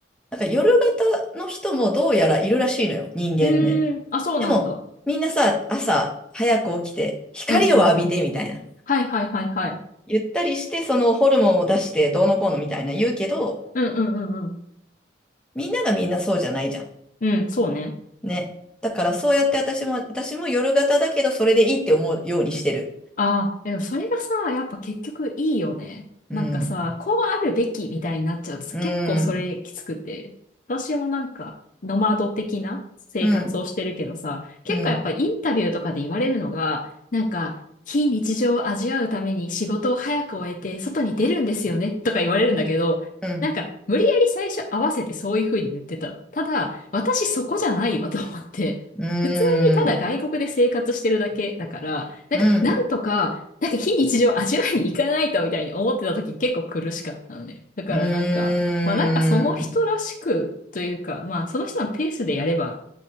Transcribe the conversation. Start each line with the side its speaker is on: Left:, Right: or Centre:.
Centre: なんか夜型の人もどうやらいるらしいのよ、人間でも。
Left: うーん。あ、そうなんだ。
Centre: でも、みんなさ、朝早く起きて、光を浴びてみたいな。
Left: うんうんうん。はいはいはいはい。
Centre: ゆったりして、そのホルモンを出してどうのこうのみたいな言うけど、
Left: うんうんうんうん。
Centre: みんながみんなそうじゃないじゃん。
Left: うん、そうね。
Centre: ね。だからそうやって私も、私も夜型だけど、それでいいって思うようにしてる。
Left: ああ、でもそれがさ、やっぱ結局いいよね。
Centre: うん。
Left: なんかさ、こうあるべきみたいになっちゃうとさ、
Centre: うん。
Left: 結構それきつくて。私もなんか、ノマド的な生活をしてるけどさ、
Centre: うん。
Left: 結構やっぱインタビューとかで言われるのが、
Centre: うん。
Left: なんか、非日常を味わうために仕事を早く終えて外に出るんですよねとか言われるんだけど、
Centre: うん。
Left: なんか、無理やり最初合わせてそういう風に言ってた。ただ、私そこじゃないわと思って。
Centre: う
Left: 普通にただ外国で生活してるだけだから、
Centre: ん。
Left: なんか、
Centre: うん。
Left: なんとか、なんか非日常を味わいに行かないとみたいに思ってた時結構苦しかったのね。だからなんか、
Centre: うん。
Left: まあなんかその人らしくというか、まあその人のペースでやれば、